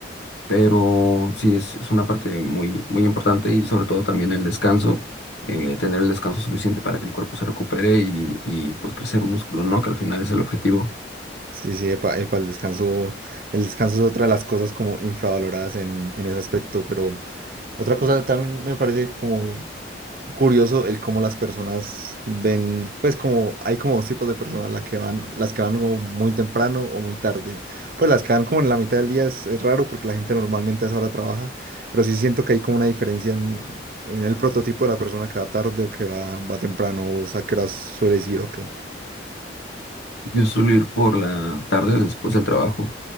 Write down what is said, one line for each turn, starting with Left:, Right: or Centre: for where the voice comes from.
Left: pero sí es, es una parte muy, muy importante y sobre todo también el descanso, eh, tener el descanso suficiente para que el cuerpo se recupere y, y pues crecer músculo, ¿no? Que al final es el objetivo.
Right: Sí, sí, epa, epa, el descanso, el descanso es otra de las cosas como infravaloradas en, en ese aspecto, pero otra cosa también me parece como curioso el cómo las personas ven, pues como hay como dos tipos de personas, las que van, las que van como muy temprano o muy tarde. Pues las que van como en la mitad del día es, es raro porque la gente normalmente a esa hora trabaja, pero sí siento que hay como una diferencia en, en el prototipo de la persona que va tarde o que va, va temprano, o sea, que suele ir o qué.
Left: Yo suelo ir por la tarde después del trabajo.